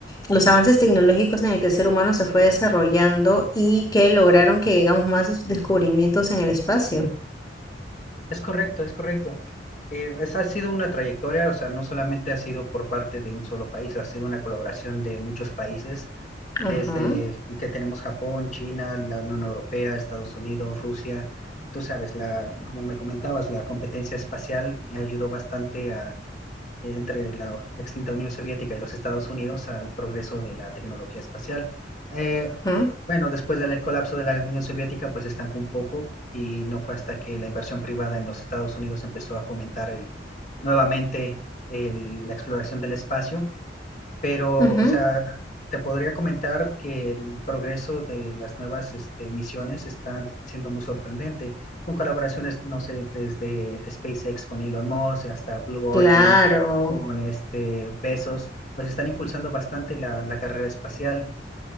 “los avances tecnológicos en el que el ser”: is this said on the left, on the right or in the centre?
Left